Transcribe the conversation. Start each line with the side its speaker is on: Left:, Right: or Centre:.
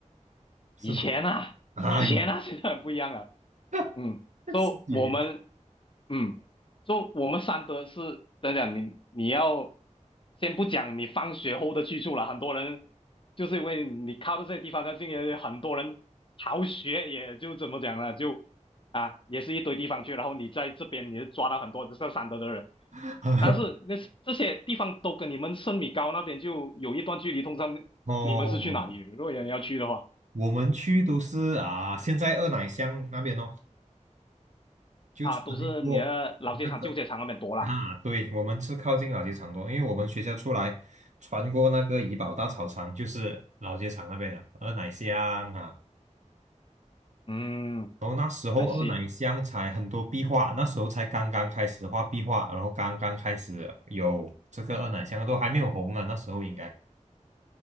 Right: 是吗？
Left: 以前啊，
Right: 啊，
Left: 以前啊，<laughs> 现在很不一样了。
Right: <laughs>
Left: 嗯，说、
Right: 十几年
Left: 我们，嗯，说、我们三德是怎讲？你你要先不讲你放学后的去处了，很多人就是因为你靠着这些地方，那进来很多人逃学，也就怎么讲呢？就啊，也是一堆地方去，然后你在这边你就抓到很多就是三德的人。
Right: <laughs>
Left: 但是那这些地方都跟你们圣米高那边就有一段距离，通常你们是去哪里？
Right: 哦，
Left: 如果人要去的话。
Right: 我们去都是啊，现在二奶乡那边哦，就穿过那个
Left: 啊，都是你的老街场、旧街场那边多啦。
Right: 啊，对，我们是靠近老街场多，因为我们学校出来穿过那个怡保大草场，就是老街场那边了，二奶乡啊。
Left: 嗯
Right: 然后那时候二奶乡才很多壁画，
Left: 还是
Right: 那时候才刚刚开始画壁画，然后刚刚开始有这个二奶乡都还没有红啊，那时候应该。